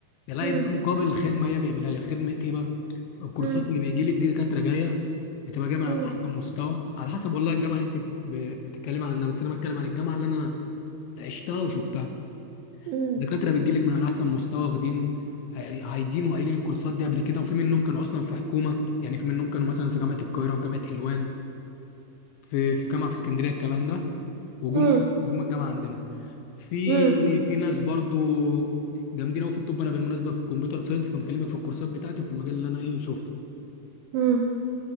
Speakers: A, on the left; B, on the right.
A: العائد
B: مم.
A: ده مقابل الخدمه هي بيعملها لك خدمه ايه بقى الكورسات
B: مم.
A: اللي بيجي لك دي دكاتره جايه بتبقى جايه من على
B: مم.
A: احسن مستوى على حسب والله الجامعه اللي انت ب- بتتكلمي عنها بس انا بتكلم عن الجامعه اللي انا عشتها وشفتها
B: مم.
A: دكاتره بتجي لك من على احسن مستوى واخدين عاي- عايدين وقايلين الكورسات دي قبل كده وفي منهم كانوا اصلا في حكومه يعني في منهم كانوا مثلا في جامعه القاهره في جامعه حلوان في في جامعه في اسكندريه الكلام ده وجم
B: مم.
A: جم الجامعه عندنا في
B: مم.
A: في ناس برضو جامدين قوي في الطب انا بالمناسبه في كمبيوتر ساينس فبكلمك في الكورسات بتاعتي وفي المجال اللي انا ايه شفته
B: مم.